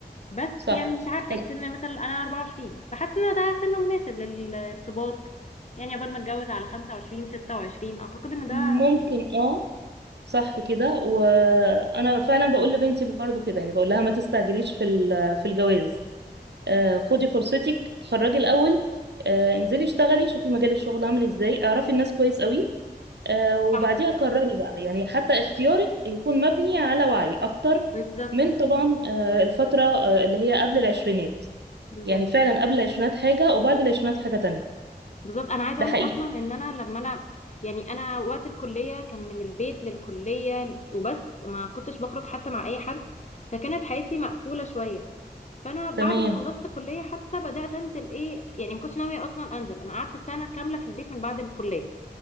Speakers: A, on the left; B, on the right.
A: بس
B: صح
A: يعني مش عارفه
B: أن-
A: يعني سن مثلا انا 24 فحاسه ان ده سن مناسب للارتباط يعني قبل ما اتجوز على 25 26 اعتقد ان ده
B: ممكن اه صح كده وانا فعلا بقول لبنتي برضو كده يعني بقول لها ما تستعجليش في ال- في الجواز آه، خدي فرصتك اتخرجي الاول آه، انزلي اشتغلي شوفي مجال الشغل عامل ازاي اعرفي الناس كويس قوي آه، وبعديها
A: صح
B: قرري بقى يعني حتى اختيارك يكون مبني على وعي اكتر
A: بالظبط
B: من طبعا آه، الفترة آه، اللي هي قبل العشرينات
A: بالظبط
B: يعني فعلا قبل العشرينات حاجة وبعد العشرينات حاجة تانية
A: بالظبط انا عايزه
B: ده
A: اقول
B: حقيقي
A: لك اصلا ان انا لما انا يعني انا وقت الكليه كان من البيت للكليه وبس ما كنتش بخرج حتى مع اي حد فكانت حياتي مقفوله شويه فانا بعد
B: تمام
A: ما خلصت كليه حتى بدات انزل ايه يعني ما كنتش ناويه اصلا انزل انا قعدت سنه كامله في البيت من بعد الكليه